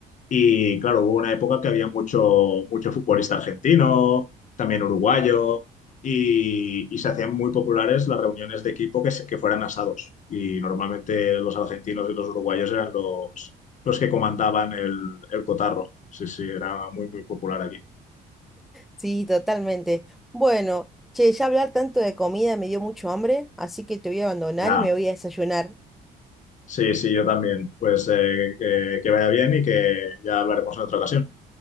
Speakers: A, on the left (about 45°); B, in the centre.
A: Y claro, hubo una época que había mucho, mucho futbolista argentino, también uruguayo, y, y se hacían muy populares las reuniones de equipo que, se- que fueran asados. Y normalmente los argentinos y los uruguayos eran los, los que comandaban el, el cotarro. Sí, sí, era muy, muy popular aquí.
B: Sí, totalmente. Bueno, che, ya hablar tanto de comida me dio mucho hambre, así que te voy a abandonar
A: Ya.
B: y me voy a desayunar.
A: Sí, sí, yo también. Pues eh, que, que vaya bien y que ya hablaremos en otra ocasión.